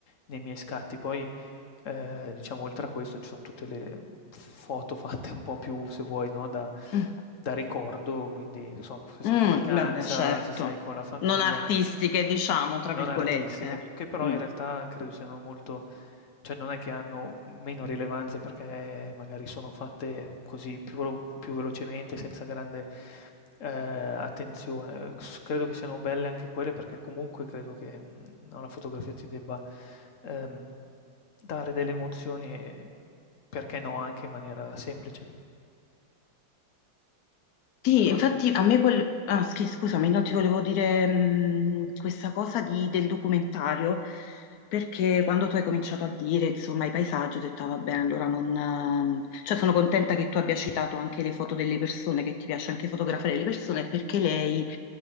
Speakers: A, on the left; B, on the left.
A: nei miei scatti. Poi, ehm, diciamo oltre a questo ci son tutte le f foto fatte un po' più, se vuoi, no, da
B: mm,
A: da ricordo, quindi non so, se sei
B: mm,
A: in vacanza,
B: vabbè, certo,
A: se sei con la famiglia
B: non artistiche, diciamo, tra
A: non
B: virgolette.
A: artistiche, che però
B: Mm.
A: in realtà credo siano molto cioè non è che hanno meno rilevanza perché magari sono fatte così più, velo- più velocemente, senza grande eh, attenzione. S- Credo che siano belle anche quelle perché comunque credo che mh, alla fotografia ti debba ehm, dare delle emozioni e perché no, anche in maniera semplice.
B: Sì,
A: Co-
B: infatti a me quel... Ah, sì, scusami, no, ti volevo dire mh, questa cosa di- del documentario, perché quando tu hai cominciato a dire, insomma, i paesaggi, ho detto, "Ah, va bene, allora non... ehm", Cioè, sono contenta che tu abbia citato anche le foto delle persone, che ti piace anche fotografare le persone, perché lei,